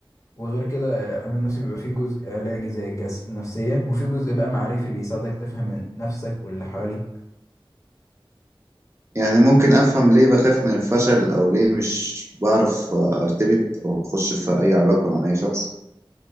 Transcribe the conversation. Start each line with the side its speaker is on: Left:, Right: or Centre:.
Left: وغير كده آه، علم النفس بيبقى فيه جزء علاجي زي الجلسات النفسية وفيه جزء بقى معرفي بيساعدك تفهم نفسك واللي حواليك
Right: يعني ممكن أفهم ليه بخاف من الفشل أو ليه مش بعرف أرتبط أو أخش في أي علاقة مع أي شخص